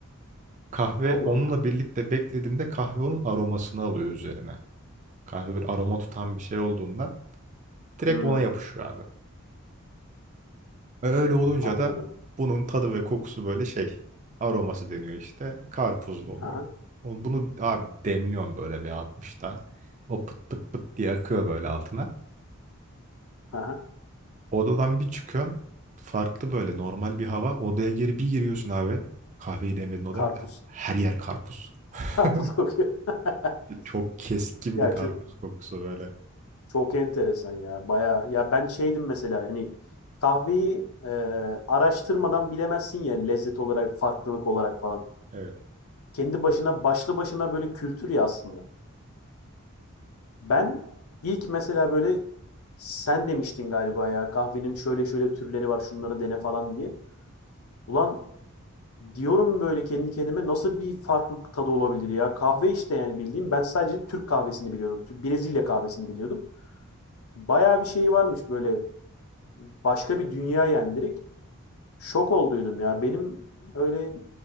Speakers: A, on the right (about 35°); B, on the left (about 80°).
A: Kahve
B: Allah
A: onunla
B: Allah.
A: birlikte beklediğinde kahve onun aromasını alıyor üzerine. Kahve bir aroma tutan bir şey olduğundan direkt
B: Hmm,
A: ona yapışıyor abi. Ve öyle olunca
B: anladım.
A: da bunun tadı ve kokusu böyle şey aroması deniyor işte karpuzlu oluyor.
B: Aha,
A: O- Bunu abi demliyorsun böyle bir 60'ta. O pıt pıt pıt diye akıyor böyle altına.
B: aha.
A: Odadan bir çıkıyorsun farklı böyle normal bir hava. Odaya geri bir giriyorsun abi. Kahveyi demledin odaya.
B: Karpuz.
A: Ah, Her yer karpuz. <laughs>
B: <laughs> Karpuz kokuyor. <laughs>
A: Çok keskin
B: Ya
A: bir karpuz
B: çö-
A: kokusu böyle.
B: Çok enteresan ya. Bayağı ya ben şeydim mesela hani kahveyi e, araştırmadan bilemezsin ya lezzet olarak, farklılık olarak falan.
A: Evet.
B: Kendi başına başlı başına böyle kültür ya aslında. Ben ilk mesela böyle sen demiştin galiba ya kahvenin şöyle şöyle türleri var şunları dene falan diye. Ulan diyorum böyle kendi kendime nasıl bir farklılık tadı olabilir ya? Kahve işte yani bildiğim ben sadece Türk kahvesini biliyordum. Tü- Brezilya kahvesini biliyordum. Bayağı bir şey varmış böyle başka bir dünya yani Şok olduydum ya. Benim öyle